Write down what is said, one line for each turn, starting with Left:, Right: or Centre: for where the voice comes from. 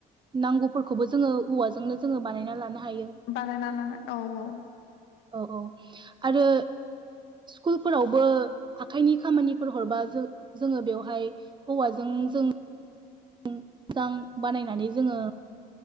Right: नांगौफोरखौबो जोङो औवाजोंनो जोङो बानायना लानो हायो
Left: बानायना औ औ
Right: औ औ आरो स्कुलफोरावबो आखाइनि खामानिफोर हरबा जों जोङो बेवहाय हौवाजों जों <unintelligible> मोजां बानायनानै जोङो